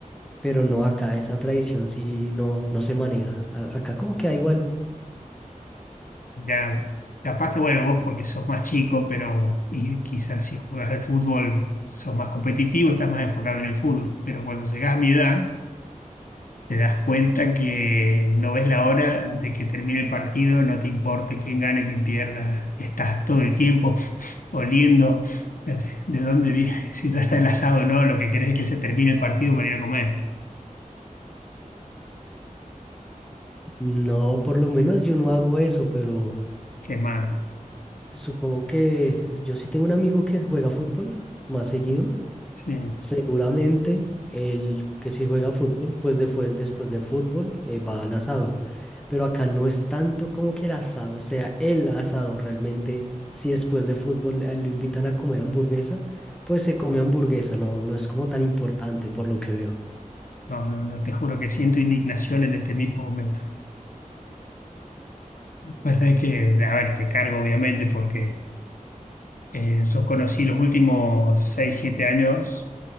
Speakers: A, in the centre; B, on the left.
A: pero no acá esa tradición sí no, no se maneja. A- acá como que da igual.
B: Ya, capaz que bueno, vos porque sos más chico, pero y quizás si juegas al fútbol sos más competitivo, estás más enfocado en el fútbol, pero cuando llegás a mi edad Te das cuenta que no ves la hora de que termine el partido, no te importe quién gane, quién pierda. Estás todo el tiempo oliendo eh, de dónde viene, si ya está el asado o no, lo que querés es que se termine el partido para ir a comer.
A: No, por lo menos yo no hago eso, pero
B: Qué más
A: supongo que yo sí tengo un amigo que juega fútbol más seguido.
B: Sí.
A: Seguramente él que sí juega fútbol, pues después, después de fútbol eh, va al asado. Pero acá no es tanto como que el asado sea el asado. Realmente, si después de fútbol eh, lo invitan a comer hamburguesa, pues se come hamburguesa. No, no es como tan importante por lo que veo.
B: No, no, no, te juro que siento indignación en este mismo momento. Pues es que, a ver, te cargo obviamente porque eh, yo conocí los últimos 6 7 años.